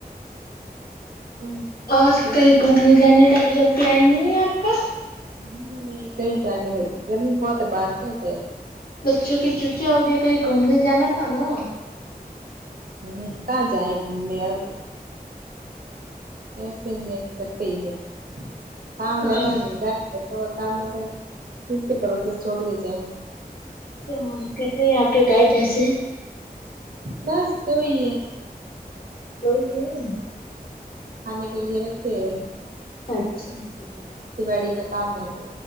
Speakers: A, on the right; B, on the left.
A: نہیں
B: اور کہیں گھومنے جانے کا ب اھی جو پلان نہیں ہے آپ کا
A: نہیں نہیں کہیں جانے کا نہیں گرمی بہت ہے باہر کیا جائے
B: بچوں کی چھٹیاں ہوگئی کہیں گھومنے جانا تھا نا
A: نہیں کہاں جائیں گھومنے اب کیسے ہے گھر پہ ہی ہے کام رہتا
B: اچھا
A: نہیں کیا ایسا کا کام ہے تو کس کے بھروسہ چھوڑ کے جائے
B: چار کتنے ہیں آپ کے گئے پیسے
A: بس دو ہی ہے
B: دو ہی ہے
A: کھانے کے لیے رکھتے ہیں
B: اچھا جی
A: بڑی کا کام ہے تو